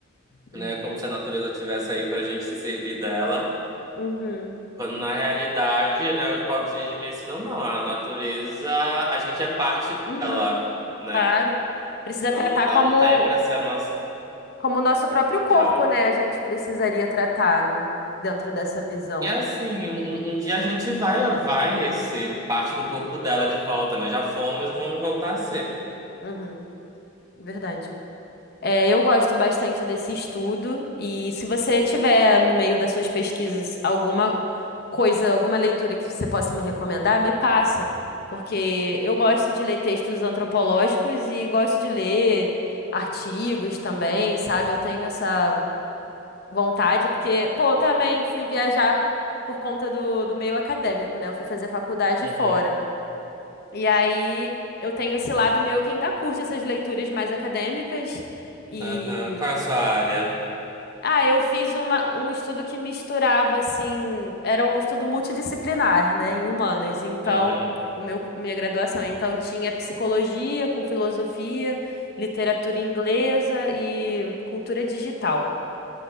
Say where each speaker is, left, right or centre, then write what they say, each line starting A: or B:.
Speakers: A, on the left; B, on the right.
A: uhum,
B: né? Como se a natureza tivesse aí para a gente se servir dela.
A: uhum,
B: Quando na realidade, né, os povos indígenas me ensinam, não, a natureza, a gente é parte
A: uhum.
B: dela, né?
A: Claro. Precisa
B: Ela
A: tratar
B: não, ela
A: como
B: não tá aí para ser a nossa.
A: Como o nosso próprio corpo,
B: Diga lá.
A: né? A gente precisaria tratar, né? Dentro dessa visão.
B: E assim, um, um um dia a gente vai, vai ser parte do corpo dela de volta, né? Já fomos e vamos voltar a ser.
A: Uhum, verdade. É, eu gosto bastante desse estudo e se você tiver no meio das suas pesquisas alguma coisa, alguma leitura que você possa me recomendar, me passa, porque eu gosto de ler textos antropológicos e gosto de ler artigos também, sabe? Eu tenho essa vontade, porque, pô, eu também fui viajar por conta do, do meio acadêmico, né? Eu fui fazer faculdade
B: Uhum,
A: fora. E aí eu tenho esse lado meu que ainda curte essas leituras mais acadêmicas. E.
B: aham. Qual é a sua área?
A: Ah, eu fiz uma, um estudo que misturava, assim. Era um estudo multidisciplinar, né? Em humanas. Então.
B: Aham.
A: O meu, minha graduação. Então, tinha psicologia com filosofia, literatura inglesa e cultura digital.